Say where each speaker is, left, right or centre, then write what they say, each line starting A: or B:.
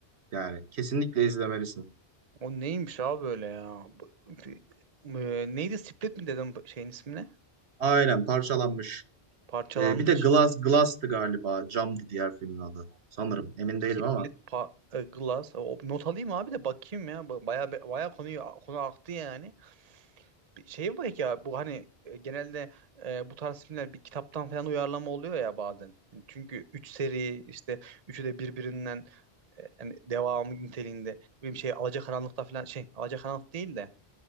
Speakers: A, on the right; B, on the right.
A: Yani kesinlikle izlemelisin.
B: o neymiş abi böyle ya? Bu- bu- e, neydi? Split mi dedim şeyin ismine?
A: Aynen parçalanmış.
B: Parçalanmış.
A: Ee, bir de Glass Glass'tı galiba. Camdı diğer filmin adı. Sanırım. Emin
B: Split,
A: değilim ama.
B: pa, e, Glass. O, not alayım abi de bakayım ya. Ba- Baya be- baya konuyu konu aktı yani. Bir Şey mi ya bu hani e, genelde e, bu tarz filmler bir kitaptan falan uyarlama oluyor ya bazen. Yani çünkü 3 seri işte üçü de birbirinden e, yani devamı niteliğinde. Bir şey Alacakaranlık'ta falan şey Alacakaranlık değil de